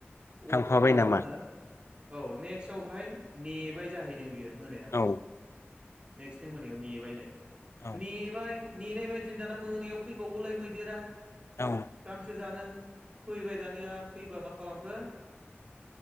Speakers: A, on the right (about 30°); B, on the left (about 85°).
A: अ
B: थांफाबाय
A: ख
B: नामा
A: मा होनो औ नेक्स्टआवहाय नेबाय जाहैदों बियो। मोनायाव।
B: औ
A: नेक्स्टनि मोनायाव नेबायनो।
B: औ
A: नेबाय नेनाय बायदि दाना मोनायाव फैबावगौलाय मैदेरा
B: औ
A: गांसो जानो फैबाय दानिया फैबा मा खालामखो